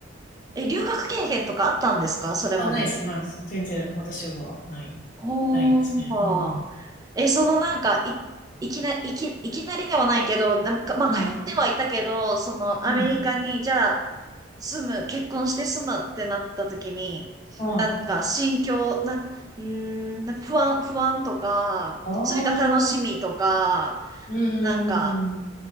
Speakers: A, on the right (about 20°); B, on the left (about 40°).
A: え、留学経験とかあったんですかそれまでに。
B: あ、ないです、ないです。全然私はない、
A: おー。
B: ないですね。うん。
A: え、そのなんか、い、いきな、いき、いきなりではないけど、なんか、まあ、
B: うん。
A: 通ってはいたけど、その、
B: うん。
A: アメリカに、じゃあ、住む、結婚して住むってなった時に、
B: はい。
A: なんか、心境、なんか、うーん、なんか不安、不安とか、
B: ああ、
A: それか楽しみとか、
B: うーん。
A: なんか、